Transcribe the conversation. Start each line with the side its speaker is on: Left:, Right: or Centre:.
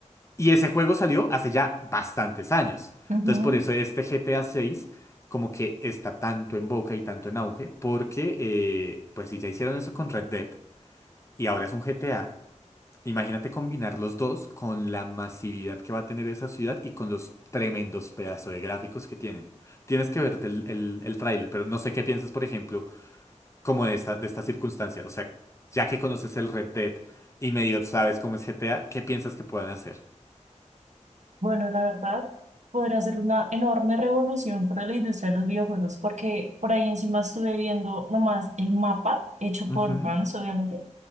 Left: Y ese juego salió hace ya bastantes años.
Right: ujú.
Left: Entonces por eso este GTA 6 como que está tanto en boca y tanto en auge, porque eh, pues si ya hicieron eso con Red Dead y ahora es un GTA, Imagínate combinar los dos con la masividad que va a tener esa ciudad y con los tremendos pedazos de gráficos que tienen. Tienes que verte el, el, el tráiler, pero no sé qué piensas, por ejemplo, como de esta, de esta circunstancia. O sea, ya que conoces el Red Dead y medio sabes cómo es GTA, ¿qué piensas que puedan hacer?
Right: Bueno, la verdad, podría ser una enorme revolución para la industria de los videojuegos, porque por ahí encima estuve viendo nomás el mapa hecho por
Left: Ujú,
Right: fans, obviamente.